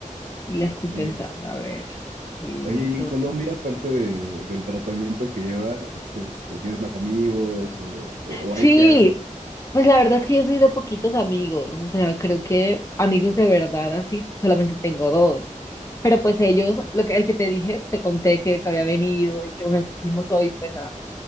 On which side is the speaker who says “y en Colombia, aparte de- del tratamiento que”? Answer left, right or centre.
Right